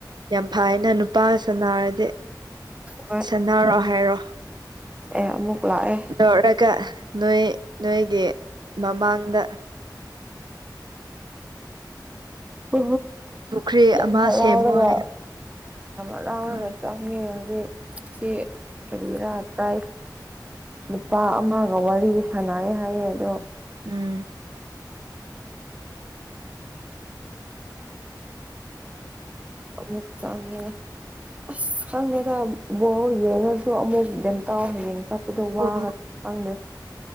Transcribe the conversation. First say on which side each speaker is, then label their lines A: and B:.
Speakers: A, on the right; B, on the right.
A: ꯌꯥꯝ ꯐꯌꯦꯅ ꯅꯨꯄꯥꯒ ꯁꯅꯥꯔꯗꯤ
B: ꯍꯣꯏ
A: ꯁꯅꯔꯣ ꯍꯥꯏꯔꯣ
B: ꯑꯦ ꯑꯃꯨꯛ ꯂꯥꯛ ꯑꯦ
A: ꯂꯧꯧꯔꯒ ꯅꯣꯏ ꯅꯣꯏꯒꯤ ꯃꯃꯥꯡꯗ
B: ꯍ
A: ꯄꯨꯈ꯭ꯔꯤ
B: ꯌꯥꯝ
A: ꯑꯃ
B: ꯍꯔꯥꯎꯔꯒ
A: ꯁꯦꯝꯃꯣ ꯍꯥꯏꯌꯦ
B: ꯑꯔꯅ
A: ꯎꯝ
B: ꯔꯠꯇꯉꯦ ꯑꯦ ꯁꯤ ꯀꯔꯤꯔꯥ ꯇ꯭ꯔꯥꯏ ꯂꯨꯄꯥ ꯑꯃꯒ ꯋꯥꯔꯤ ꯁꯥꯟꯅꯩ ꯍꯥꯏꯌꯦ ꯑꯗꯣ
A: ꯎꯝ
B: ꯅꯨꯛꯆꯥꯡ ꯑꯁ ꯈꯪꯗꯦꯗ ꯕꯣ ꯌꯦꯡꯉꯁꯨ ꯑꯃꯨꯛ ꯀꯩꯝꯇꯥꯎ ꯍꯌꯦꯡ ꯆꯠꯄꯗꯣ
A: ꯑꯣ
B: ꯋꯥꯒ ꯐꯪꯅꯦ